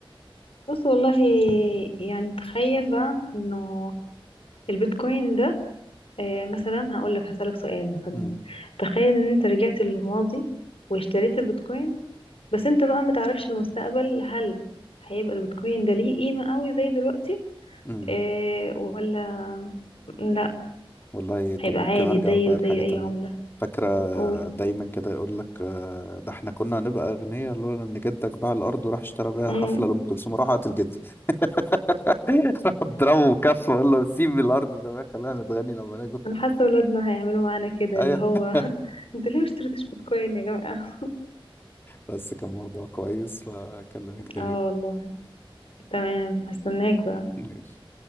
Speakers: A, on the left; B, on the left.
A: بص والله يعني تخيل بقى انه البيتكوين ده آه، مثلا هقول لك هسألك سؤال مثلا
B: مم.
A: تخيل ان انت رجعت للماضي واشتريت البيتكوين بس انت بقى متعرفش المستقبل هل هيبقى البيتكوين ده ليه قيمة قوي زي دلوقتي
B: مم.
A: اه ولا لا
B: والله طب
A: هيبقى
B: ممكن
A: عادي
B: أرجع
A: زيه
B: أغير
A: زي
B: حاجة تانية
A: اي عملة
B: فاكرة
A: قول
B: دايما كده يقول لك آه، ده احنا كنا هنبقى أغنياء لولا إن جدك باع الأرض وراح اشترى بيها
A: مم.
B: حفلة لأم كلثوم راح قتل جدي <laughs> راح اضربه بكف وأقول له سيب الأرض زمان خلينا نتغني لما نجوا
A: انا حاسة ولادنا هيعملوا معانا كده
B: أيوه
A: اللي هو
B: <laughs>
A: <laughs> انتوا ليه ما اشتريتوش بيتكوين يا جماعة
B: بس كان موضوع كويس فأكلمك تاني
A: اه
B: بقى
A: والله تمام هستناك بقى
B: ماشي